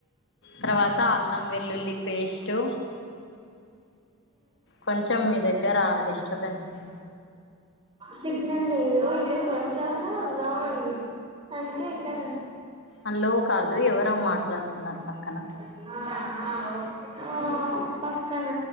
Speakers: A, on the left; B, on the right.
A: తర్వాత అల్లం వెల్లుల్లి పేస్టు కొంచెం మీ దగ్గర డిస్టర్బెన్స్ ఉంది
B: సిగ్నల్ లేదు ఇటు కొంచెము లో ఉంది అందుకే ఇక్కడ
A: హలో కాదు ఎవరో మాట్లాడుతున్నారు పక్కన
B: ఉన్నా ఆ ఆ పక్కన